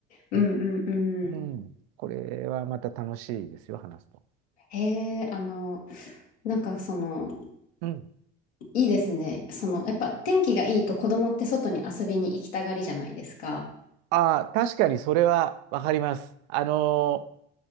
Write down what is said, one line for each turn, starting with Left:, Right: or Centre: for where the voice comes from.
Left: うんうんうん。
Right: ね、うん、これはまた楽しいですよ、話すと。
Left: へえ、あの、なんかその、
Right: うん
Left: いいですね。その、やっぱ天気がいいと子供って外に遊びに行きたがりじゃないですか。
Right: ああ、確かにそれはわかります。あの